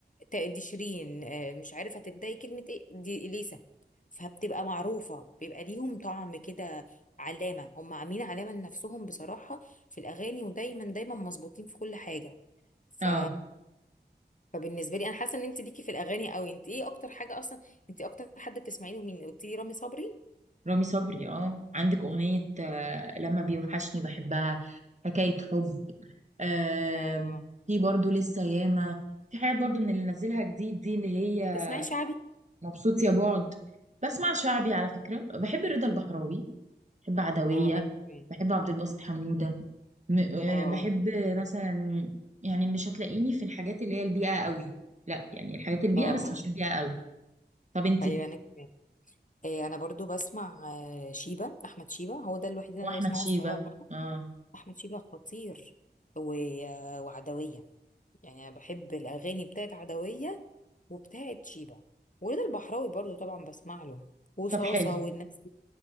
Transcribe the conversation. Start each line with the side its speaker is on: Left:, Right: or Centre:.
Left: ت- دي شيرين آه، مش عارف هتبداي كلمة ايه دي اليسا فبتبقى معروفة بيبقى ليهم طعم كده علامة هم عاملين علامة لنفسهم بصراحة في الأغاني ودايما دايما مظبوطين في كل حاجة ف
Right: اه
Left: فبالنسبه لي انا حاسه ان انت ليكي في الاغاني قوي انت ايه اكتر حاجه اصلا انت اكتر حد بتسمعي له مين قلت لي رامي صبري
Right: رامي صبري اه عندك اغنية آه لما بيوحشني بحبها حكاية حب آه
Left: اه
Right: في برضو لسه ياما في حاجات برضو من اللي نزلها جديد دي اللي هي
Left: بتسمعي شعبي
Right: مبسوط يا بعد بسمع شعبي على فكرة بحب رضا البحراوي بحب عدوية
Left: اه انا كمان
Right: بحب عبد الباسط حمودة م آه
Left: اه
Right: بحب مثلا يعني مش هتلاقيني في الحاجات اللي هي البيئة قوي لا يعني الحاجات البيئة
Left: اه
Right: بس
Left: اه
Right: مش البيئة قوي طب انتي
Left: ايوه انا كمان إيه انا برضو بسمع آه، شيبه احمد شيبه هو ده الوحيد اللي
Right: واحمد
Left: انا بسمعه
Right: شيبة
Left: الصراحه
Right: اه
Left: احمد شيبه خطير و... آه، وعدويه يعني انا بحب الاغاني بتاعت عدويه وبتاعت شيبه ورضا البحراوي برضو طبعا بسمع له وصاصه
Right: طب حلو
Left: والناس